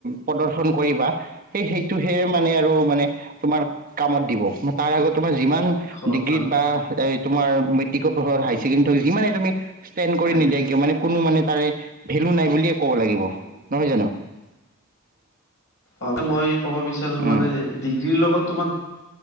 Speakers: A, on the right; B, on the left.
A: প্ৰদৰ্শন কৰিবা। সেই সেইটোহে মানে আৰু মানে তোমাৰ কামত দিব তাৰ আগত তোমাৰ যিমান-
B: হয়
A: ডিগ্ৰীত
B: হয়
A: বা তোমাৰ মেট্ৰিকৰ পঢ়ৰ হাই ছেকেণ্ডেী হওঁক যিমানে তুমি ষ্টেণ্ড কৰি
B: হয়।
A: নিদিয়- কিয় মানে কোনো মানে তাৰে ভেলু নাই বুলিয়ে কব লাগিব নহয় জানো?
B: অঁ মই ক'ব বিচাৰো মানে
A: উম
B: ডিগ্ৰীৰ লগত তোমাক -